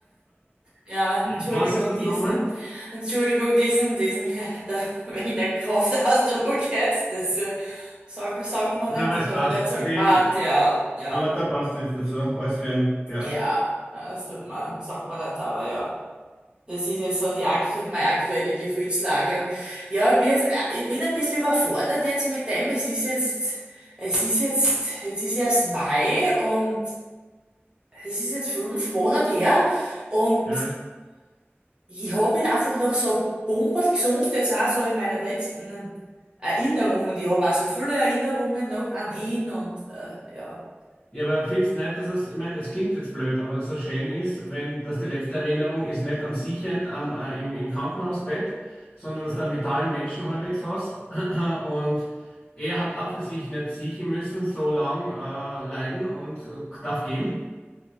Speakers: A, on the right; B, on the left.
A: Ja, Entschuldigung,
B: Was ist das
A: diesen,
B: nochmal?
A: Entschuldigung, diesen, diesen, K- <laughs> da, wegen dem Kraftausdruck jetzt, das, äh, sag, sag man
B: Ja,
A: nicht,
B: aber
A: das
B: es
A: habe
B: passt
A: ich nicht so
B: zu dem,
A: gemeint, ja, ja,
B: aber da passt es dazu, alles für ja.
A: ja, äh, das tut man, sagt man nicht, aber ja, das ist jetzt so die, aktu- meine aktuelle Gefühlslage und ja, ich bin jetzt, äh, ich bin ein bisschen überfordert jetzt mit dem, es ist jetzt, es ist jetzt, jetzt ist erst Mai und es ist jetzt fünf Monate her, und
B: Ja,
A: Ich habe ihn einfach noch so bumperl gesund, jetzt auch so in meiner letzten Erinnerung. Und ich habe auch so viele Erinnerungen noch an ihn und äh, ja.
B: ja, aber findest nicht, dass es, ich meine, es klingt jetzt blöd, aber dass es so schön ist, wenn das die letzte Erinnerung ist, nicht am Siechend am, äh, im, im Krankenhausbett, sondern dass du einen vitalen Menschen halbwegs hast <clears throat> und er hat auch für sich nicht siechen müssen, so lang äh, leiden und äh, darf gehen.